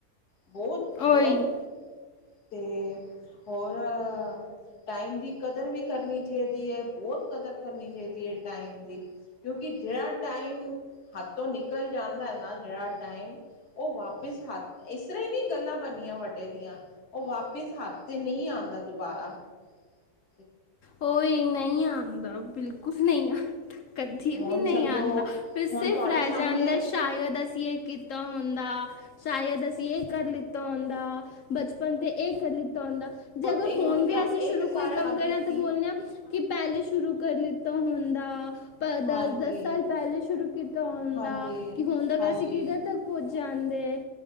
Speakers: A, on the left; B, on the left.
A: ਬਹੁਤ-ਬਹੁਤ,
B: ਓਹੀ
A: ਅਤੇ ਹੋਰ ਟਾਈਮ ਦੀ ਕਦਰ ਵੀ ਕਰਨੀ ਚੇਦੀ ਏ, ਬਹੁਤ ਕਦਰ ਕਰਨੀ ਚਾਹੀਦੀ ਹੈ ਟਾਈਮ ਦੀ। ਕਿਉਂਕਿ ਜਿਹੜਾ ਟਾਈਮ, ਹੱਥੋਂ ਨਿਕਲ ਜਾਂਦਾ ਨਾ ਜਿਹੜਾ ਟਾਈਮ ਉਹ ਵਾਪਿਸ ਹੱਦ ਇਸ ਤਰ੍ਹਾਂ ਹੀ ਨਹੀਂ ਗੱਲਾਂ ਬਣੀਆ ਵੱਡੇ ਦੀਆਂ, ਉਹ ਵਾਪਿਸ ਹੱਥ ਤੇ ਨਹੀਂ ਆਂਦਾ ਦੁਬਾਰਾ। ਹ,
B: ਓਈ ਨਹੀਂ ਆਂਦਾ, ਬਿਲਕੁਲ ਨਹੀਂ ਆਂਦਾ। ਕਦੀ
A: ਹੁਣ
B: ਵੀ ਨਹੀਂ
A: ਸਮਝੋ
B: ਆਂਦਾ, ਫਿਰ ਸਿਰਫ
A: ਹੁਣ ਤੁਹਾਡੇ
B: ਰਹਿ
A: ਸਾਹਮਣੇ
B: ਜਾਂਦਾ ਸ਼ਾਇਦ ਅਸੀਂ ਏ ਕਿ ਤਾ ਹੁੰਦਾ, ਸ਼ਾਇਦ ਅਸੀਂ ਇਹ ਕਰ ਲਿੱਤਾ ਹੁੰਦਾ। ਬਚਪਨ ਤੇ ਇਹ ਕਰੀ ਲਿੱਤਾ ਹੁੰਦਾ,
A: ਬਹੁਤ
B: ਜੇ ਅਗਰ
A: ਇਹ
B: ਹੁਣ ਵੀ
A: ਇਹ
B: ਅਸੀ ਸ਼ੁਰੂ
A: ਤੇ ਸਾਰਿਆਂ
B: ਕੋਈ ਕੰਮ
A: ਨਾਲ
B: ਕਰਾਂ
A: ਬੀਤੀ
B: ਬੋਲਨੇ ਆਂ, ਕਿ ਪਹਿਲੇ ਸ਼ੁਰੂ ਕਰ ਲਿੱਤਾ ਹੁੰਦਾ। ਪ ਦੱਸ,
A: ਹਾਂਜੀ
B: ਦੱਸ ਸਾਲ ਪਹਿਲੇ ਸ਼ੁਰੂ ਕੀਤਾ ਹੁੰਦਾ,
A: ਹਾਂਜੀ
B: ਕਿ ਹੁੰਣ ਤਕ
A: ਹਾਂਜੀ
B: ਅਸੀ ਕਿੱਧਰ ਤੱਕ ਪੁੱਜ ਜਾਂਦੇ,